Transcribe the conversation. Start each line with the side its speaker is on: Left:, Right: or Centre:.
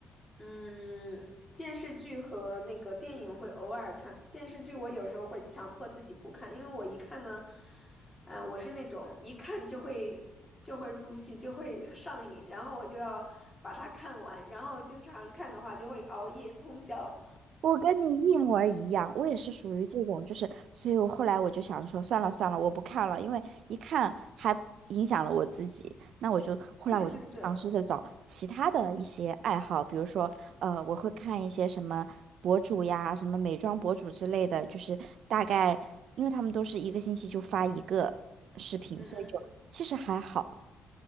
Left: 嗯，电视剧和那个电影会偶尔看，电视剧我有时候会强迫自己不看，因为我一看呢，呃，我是那种一看就会就会入戏，就会上瘾，然后我就要把它看完，然后经常看的话就会熬夜通宵。
Right: 我跟你一模儿一样，我也是属于这种，就是，所以我后来我就想说，算了算了，我不看了，因为一看还影响了我自己。那我就后来我就尝试着找其他的一些爱好，
Left: 对对对，
Right: 比如说，呃，我会看一些什么博主呀，什么美妆博主之类的，就是大概，因为他们都是一个星期就发一个视频，
Left: 嗯嗯嗯。
Right: 所以就其实还好。